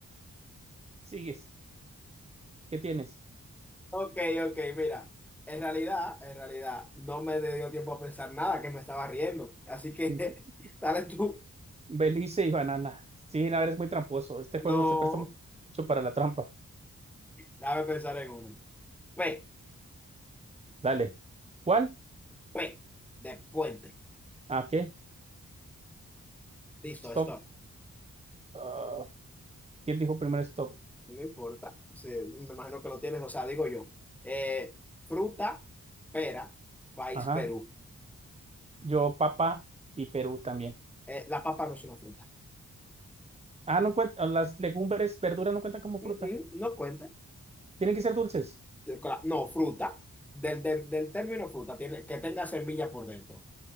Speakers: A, on the right; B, in the centre.
A: Sigues. ¿Qué tienes?
B: Ok, ok, mira. En realidad, en realidad, no me dio tiempo a pensar nada, que me estaba riendo. Así que,
A: <laughs>
B: <laughs> dale tú.
A: Belice y banana. Sí, no, eres muy tramposo. Este
B: No.
A: juego se presta mu- mucho para la trampa.
B: Déjame pensar en uno. P,
A: Dale. ¿Cuál?
B: P, de puente.
A: Ah, ok.
B: Listo,
A: Stop.
B: stop.
A: Ah, ¿quién dijo primero stop?
B: No importa. Sí, me imagino que lo tienes, o sea, digo yo. Eh, fruta, pera, país
A: Ajá.
B: Perú.
A: Yo, papá y Perú también.
B: Eh, la papa no es una fruta.
A: Ah, no cuenta, las legumbres, verduras no cuentan como fruta.
B: Mm, mm, no cuenta.
A: Tienen que ser dulces.
B: De- con la- No, fruta. Del, del, del término fruta, tiene, que tenga semilla por dentro.